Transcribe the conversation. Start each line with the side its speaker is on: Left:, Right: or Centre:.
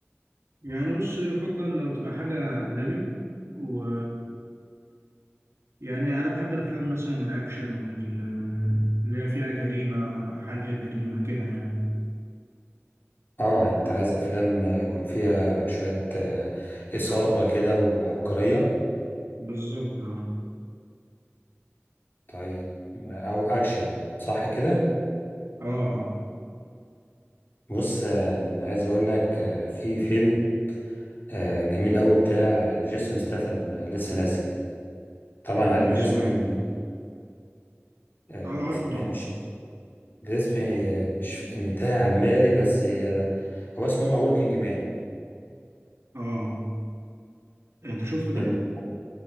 Right: يعني بص يفضل لو تبقى حاجة أجنبي و يعني أنا بحب الأفلام مثلا الأكشن ال- اللي هي فيها جريمة حل جريمة كده يعني
Left: اه يعني انت عايز افلام آه، يكون فيها شويه آه، اثاره كده وعبقريه
Right: بالظبط اه
Left: طيب او اكشن صح كده
Right: اه آه.
Left: بص آه، أنا عايز اقول لك آه، في فيلم آه، جميل قوي بتاع آه، جيسون ستاثام آه، لسه نازل طبعا
Right: آه،
Left: عارف جيسون
Right: اسمه ايه؟
Left: آه،
Right: اه عارفه
Left: اسمها
Right: طبعا
Left: مش الاسم آه، مش يعني تايه عن بالي بس آه، هو اسمه A Working Man
Right: اه انت شفته ده؟
Left: فيلم